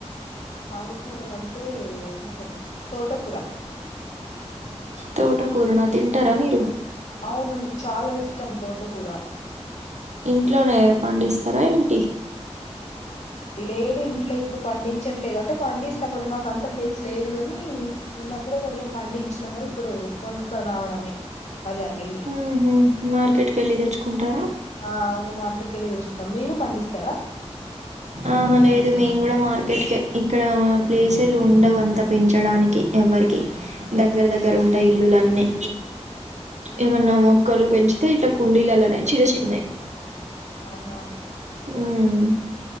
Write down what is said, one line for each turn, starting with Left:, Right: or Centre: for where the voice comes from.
Left: ఆకుకూరలుంటే ఏమంటారు తోటకూర
Right: తోట కూరు నా తింటారా మీరు
Left: అవును <inaudible> చాలా ఇష్టం తోటకూర
Right: ఇంట్లోనే పండిస్తారా ఏంటి
Left: లేదు ఇంట్లో ఇప్పుడు పండించట్లేదు అంటే పండిస్తాం కొంచెం మాకు అంత ప్లేస్ లేదు గాని ఉన్నప్పుడు కొంచెం పండించినాం గాని ఇప్పుడు కొనుక్కరావడమే బజార్కెళ్ళి
Right: ఉమ్ హూ మార్కెట్ కెళ్ళి తెచ్చుకుంటారా
Left: ఆ అవును మార్కెట్ కెళ్ళి తెచ్చుకుంటాం మీరు పండిస్తారా
Right: ఆహా లేదు మేము కూడా మార్కెట్ కే ఇక్కడ ప్లేసులు ఉండవు అంతా పెంచడానికి ఎవ్వరికి దగ్గర
Left: మ్మ్.
Right: దగ్గర ఉంటాయ్ ఇల్లులన్నీ
Left: మ్మ్హ.
Right: ఏమన్నా మొక్కలు పెంచి ఇట్లా కుండీలల్లోనే చిన్న చిన్నయి
Left: అవునా
Right: ఉమ్